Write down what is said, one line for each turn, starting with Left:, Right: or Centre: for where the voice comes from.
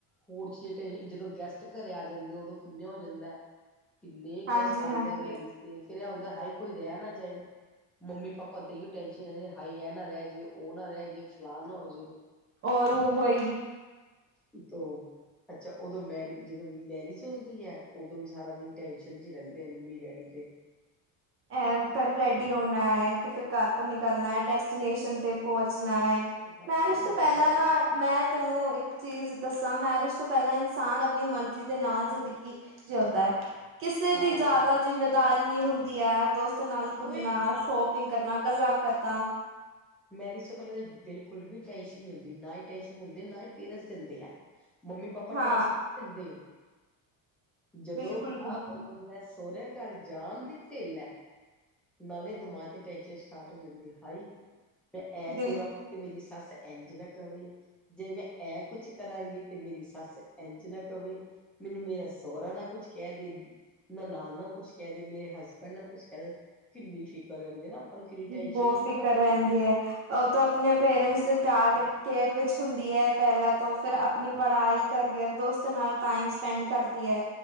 Centre: ਹੋਰ ਚੀਜ ਟ, ਜਦੋ ਗੈਸਟ ਘਰੇ ਆ ਜਾਦੇ ਉਦੋ ਕਿੰਨੇ ਹੋ ਜਾਦਾ ਕਿੰਨੇ
Right: ਹਾਂਜੀ-ਹਾਂਜੀ-ਹਾਂਜੀ
Centre: ਗੈਸਟ ਆਉਦੇ ਆ ਮੈਰਿਜ ਤੇ, ਫੇਰ ਇਹ ਹੁੰਦਾ ਹਾ ਕੋਈ ਰਹਿ ਨਾ ਜਾਏ। ਮੰਮੀ-ਪਾਪਾ ਤੇ ਅਈਓ ਟੈਨਸ਼ਨ ਐ ਹਾਈ ਐ ਨਾ ਰੈ ਜੇ, ਓ ਨਾ ਰੈ ਜੇ, ਫਲਾਨ ਨਾ ਹੋਜੇ।
Right: ਔਰ ਉਹ ਬਈ।
Centre: ਉਤੋ, ਅੱਛਾ ਉਦੋ ਮੈਰੀਜ, ਜਦੋ ਮੈਰੀਜ ਹੁੰਦੀ ਹੈ। ਉਦੋ ਵੀ ਸਾਰਾ ਦਿਨ ਟੈਨਸ਼ਨ 'ਚ ਰਹਿੰਦੇ ਆ ਮੰਮੀ- ਡੈਡੀ ਤੇ
Right: ਐ ਘਰ ਰੈਡੀ ਹੋਣਾ ਹੈ, ਤੇ ਫਿਰ ਘਰ ਤੋ ਨਿਕਲਣਾ, ਡੈਸਟੀਨੇਸ਼ਨ 'ਤੇ ਪਹੁੰਚਣਾ ਹੈ।
Centre: ਹਾਂ
Right: ਪੈਰਿਸ
Centre: ਬਹੁਤ
Right: ਤੋਂ ਪੈਲਾ ਨਾ ਮੈ ਤੈਨੂੰ ਇਕ ਚੀਜ ਦੱਸਾਂ, ਮੈਰਿਜ ਤੋ ਪਹਿਲਾਂ ਇਨਸਾਨ ਆਪਣੀ ਮਰਜ਼ੀ ਦੇ ਨਾਲ ਜ਼ਿੰਦਗੀ ਜਿਉਂਦਾ ਹੈ, ਕਿਸੇ
Centre: ਹਾਂ
Right: ਦੀ ਜਿਆਦਾ ਜਿੰਮੇਦਾਰੀ ਨੀ ਹੁੰਦੀ ਹੈ ਦੋਸਤ ਤੇ ਨਾਲ
Centre: ਕੋਈ
Right: ਘੁੰਮਣਾ, ਸ਼ੋਪਿੰਗ ਕਰਨਾ, ਗੱਲਾਂ ਕਰਦਾ।
Centre: ਮੈਰਿਜ ਤੋਂ, ਪਹਿਲੇ ਤਾਂ। ਬਿਲਕੁਲ ਵੀ, ਟੈਂਸ਼ਨ ਨਹੀਂ ਹੁੰਦੀ। ਨਾ ਹੀ ਟੈਂਸ਼ਨ ਹੁੰਦੀ, ਨਾ ਹੀ ਪੇਰੈਂਸ ਦਿੰਦੇ ਆ। ਮੰਮੀ ਪਾਪਾ
Right: ਹਾਂ
Centre: ਟਾਈ ਦਿੰਦੇ ਜਦੋਂ
Right: ਬਿਲਕੁਲ
Centre: ਵਿਆਹ
Right: ਬਿਲਕੁਲ
Centre: ਹੋ ਤੇ ਸੋਹੁਰਿਆ ਘਰ। ਜਾਣ ਦੀ ਢਿੱਲ ਹੈ। ਨਾਲੇ ਦਿਮਾਗ ਤੇ ਟੈਸ਼ਨ ਸਟਾਰਟ ਹੋਜਾਂਦੀ ਹਾਈ ਮ ਐਤਰਾ
Right: ਬਿਲਕੁਲ
Centre: ਤੇ ਮੇਰੀ ਸੱਸ ਇੰਝਨਾ ਕਵੇ। ਜੇ। ਮੈਂ, ਐ ਕੁਛ ਕਰਾਂਗੀ। ਤੇ, ਮੇਰੀ ਸੱਸ, ਇੰਝ ਨਾ, ਕਵੇ। ਮੈਨੂੰ, ਮੇਰਾ ਸਹਰਾ, ਨਾ ਕੁਝ, ਕਹਿ ਦੇ। ਨਨਾਨ ਨਾ ਕੁਛ ਕਹਿ ਦੇ। ਮੇਰੇ, ਹਸਬੈਂਡ ਨਾ ਕੁੱਛ ਕਹਿ ਦੇਨ। ਕਿੰਨੀ ਫਿਕਰ ਰਰਿੰਦੀ ਨਾ। ਨੂੰ ਕਿੰਨੀ ਟੈਨਸ਼ਨ
Right: ਬਹੁ,
Centre: ਜੀ
Right: ਫਿਕਰ।
Centre: ਆ ਜਾਂਦੀ
Right: ਰਹਿੰਦੀ ਹੈ। ਉਹ, ਤੇ ਆਪਣੇ ਪੇਰੈਂਟਸ ਦੇ ਪਿਆਰ, ਤੇ ਕੇਅਰ ਵਿੱਚ ਹੁੰਦੀ। ਹੈ। ਪਹਿਲਾਂ ਤੋਂ, ਔ ਫਿਰ। ਆਪਣੀ ਪੜਾਈ ਕਰੀ ਅਰ, ਦੋਸਤ ਨਾਲ, ਟਾਈਮ ਸਪੈਂਡ ਕਰਦੀ ਹੈ।